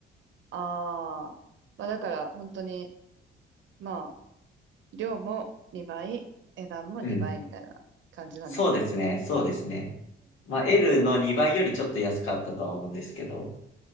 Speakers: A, on the right; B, on the left.
A: ああ、まあだから本当に、まあ、量も2倍、値段も2倍みたいな感じなんですね。
B: うん。そうですね。そうですね。まあ、L の2倍よりちょっと安かったとは思うんですけど。